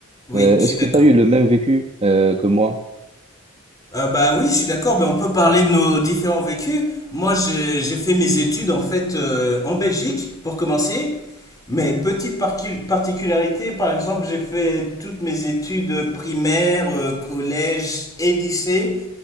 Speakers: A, on the left (about 15°); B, on the right (about 30°).
A: Oui,
B: Euh,
A: je
B: est-ce
A: suis d'accord.
B: que tu as eu le même vécu euh, que moi?
A: Euh, bah oui, je suis d'accord, mais on peut parler de nos différents vécus. Moi, j'ai j'ai fait mes études en fait euh, en Belgique pour commencer. Mais petite parcu- particularité, par exemple, j'ai fait toutes mes études primaires, euh, collège et lycée